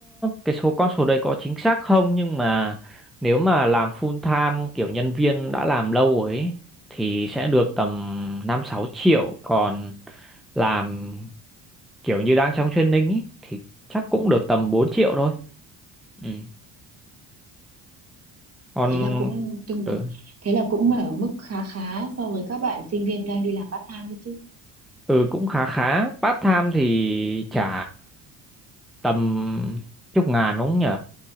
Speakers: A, in the centre; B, on the right.
A: cái số con số đấy có chính xác không nhưng mà nếu mà làm full time kiểu nhân viên đã làm lâu rồi ấy, thì sẽ được tầm năm sáu triệu còn làm kiểu như đang trong training ấy, thì chắc cũng được tầm 4 triệu thôi. Ừ. Còn
B: Thế là cũng tương
A: ừ,
B: đối. Thế là cũng ở mức khá khá so với các bạn sinh viên đang đi làm part time đấy chứ.
A: ừ cũng khá khá, part time thì trả tầm chục ngàn đúng không nhỉ?